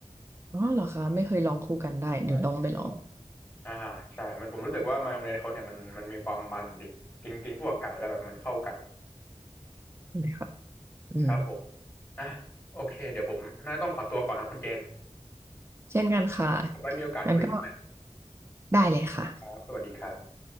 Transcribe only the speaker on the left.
ใช่ครับใช่อ่าใช่มันผมรู้สึกว่ามายองเนสเขาเนี่ยมันมันมีความมันดิกินกินคู่กับไก่แล้วแบบมันเข้ากัน
ครับผมอ่ะโอเคเดี๋ยวผมน่าต้องขอตัวก่อนครับคุณเจน
ไว้มีโอกาสคุยกันใหม่
ครับสวัสดีครับ